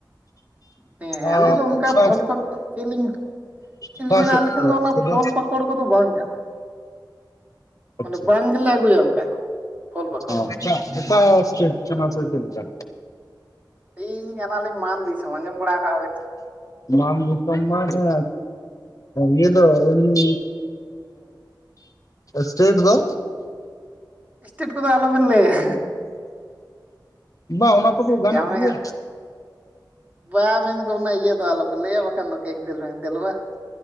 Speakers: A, on the right; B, on the left.
A: ᱦᱮᱸ ᱦᱮᱸ
B: ᱟᱨ
A: ᱟᱞᱮ ᱫᱚ ᱚᱱᱠᱟ
B: ᱚᱠᱟ
A: ᱯᱷᱚᱞ ᱯᱟᱠᱚ ᱪᱮᱫ ᱞᱤᱧ ᱪᱤᱞᱤ
B: ᱚᱠᱟ
A: ᱢᱮᱱᱟᱜ
B: ᱥᱮᱫ
A: ᱞᱮᱠᱷᱟᱱ
B: ᱠᱷᱚᱡ
A: ᱫᱚ ᱚᱱᱟ
B: ᱥᱮᱫᱚ?
A: ᱯᱷᱚᱞ ᱯᱟᱠᱚᱲ ᱠᱚᱫᱚ ᱵᱟᱝ ᱠᱟᱱᱟ
B: ᱟᱪᱪᱷᱟ
A: ᱢᱟᱱᱮ ᱵᱟᱝ ᱜᱮᱞᱮ ᱟᱹᱜᱩᱭᱟ ᱚᱱᱠᱟ ᱫᱚ ᱯᱷᱚᱞ ᱯᱟᱠᱚᱲ
B: ᱚ ᱚᱠᱟ
A: ᱫᱚ
B: ᱮᱥᱴᱮᱴ ᱚᱱᱟ ᱦᱟᱥᱟ ᱪᱮᱫ ᱞᱮᱠᱟ
A: ᱟᱹᱞᱤᱧ ᱠᱟᱱᱟᱞᱤᱧ ᱢᱟᱱᱫᱤᱥᱳᱢ ᱟᱸᱡᱚᱢ ᱵᱟᱲᱟ ᱠᱟᱜᱼᱟ ᱵᱤᱱ
B: ᱵᱟᱢ ᱫᱤᱥᱚᱢ ᱥᱮ ᱤᱭᱟᱹ ᱫᱚ ᱦᱮᱸ ᱥᱴᱮᱴ ᱫᱚ
A: ᱮᱥᱴᱮᱰ ᱠᱚᱫᱚ ᱟᱞᱚᱵᱤᱱ ᱞᱟᱹᱭᱟ
B: ᱵᱟᱝ ᱚᱱᱟ ᱠᱚᱫᱚ ᱜᱟᱱᱚᱜ
A: ᱡᱟᱢᱟᱭ
B: ᱜᱮᱭᱟ
A: ᱦᱟᱸ ᱵᱟᱭ ᱢᱮᱱ ᱠᱚᱱᱟ ᱤᱭᱟᱹ ᱫᱚ ᱟᱞ ᱞᱟᱹᱭᱟ ᱵᱟᱠᱷᱟᱱ ᱫᱚ ᱠᱮᱱᱥᱤᱞ ᱢᱮᱱᱥᱤᱞ ᱚᱜ -ᱟ